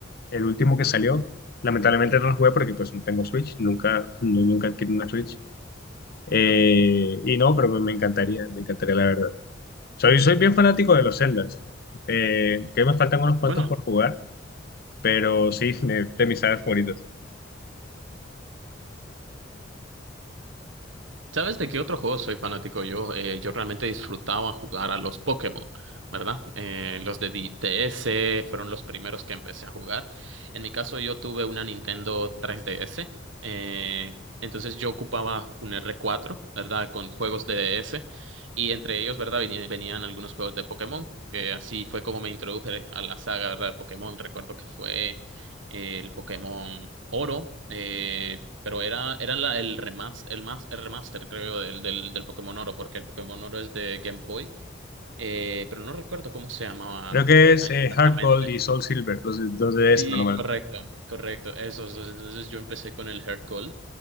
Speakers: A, on the left; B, on the right.
A: el último que salió. Lamentablemente no los jugué porque pues no tengo Switch, nunca, no- nunca adquirí una Switch. Eh, y no, pero me, me encantaría, me encantaría la verdad. Soy, soy bien fanático de los Zeldas, eh, que me faltan unos cuantos
B: Bueno,
A: por jugar, pero sí, <laughs> de, de mis sagas favoritas.
B: ¿Sabes de qué otro juego soy fanático yo? Eh, yo realmente disfrutaba jugar a los Pokémon, ¿verdad? Eh, los de D- DS fueron los primeros que empecé a jugar. En mi caso, yo tuve una Nintendo 3DS, eh, entonces yo ocupaba un R4, ¿verdad? Con juegos de DS, y entre ellos, ¿verdad? Venía- Venían, algunos juegos de Pokémon, que así fue como me introduje a la saga, ¿verdad? De Pokémon. Recuerdo que fue eh, el Pokémon Oro. Eh, pero era, era la, el remaster, el mas- el remaster, creo, del, del, del Pokémon Oro, porque el Pokémon Oro es de Game Boy. Eh, pero no recuerdo cómo se llamaba
A: Creo que es
B: exactamente.
A: eh, Heart Gold y Soul Silver, los, de- los de DS
B: Sí,
A: normal.
B: correcto, correcto. Esos dos. Entonces yo empecé con el Heart Gold